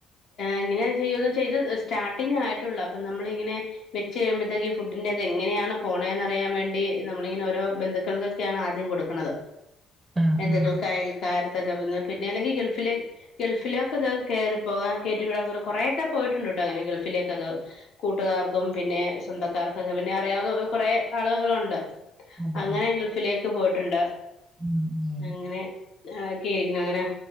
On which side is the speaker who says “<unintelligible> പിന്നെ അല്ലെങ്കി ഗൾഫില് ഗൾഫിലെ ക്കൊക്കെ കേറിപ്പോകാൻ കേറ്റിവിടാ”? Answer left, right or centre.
Left